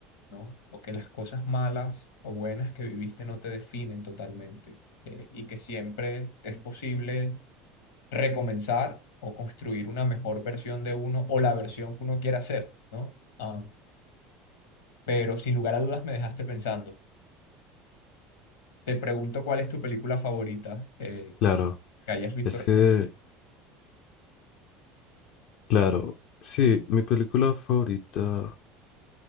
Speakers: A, on the left (about 70°); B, on the left (about 55°).
A: ¿no? O que las cosas malas o buenas que viviste no te definen totalmente, eh, y que siempre es posible recomenzar o construir una mejor versión de uno o la versión que uno quiera hacer ¿no? Ah, pero sin lugar a dudas me dejaste pensando. Te pregunto cuál es tu película favorita eh,
B: Claro,
A: que hayas visto
B: es
A: recientemente.
B: que Claro, sí, mi película favorita,